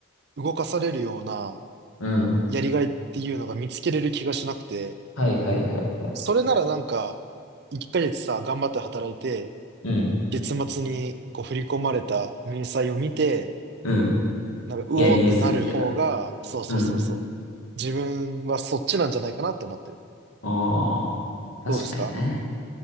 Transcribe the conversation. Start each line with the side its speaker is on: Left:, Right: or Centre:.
Right: 動かされるような
Left: うん。
Right: やりがいっていうのが見つけれる気がしなくて、
Left: はいはいはいはい。
Right: それならなんか1ヶ月さ、頑張って働いて、
Left: うん。
Right: 月末にこう振り込まれた明細を見て、
Left: うん。
Right: なんか、うおーってなる方が、
Left: ニヤニヤするみたいな。
Right: そうそうそうそう。
Left: うん。
Right: 自分はそっちなんじゃないかなって思ってる。
Left: ああ、確かにね。
Right: どうですか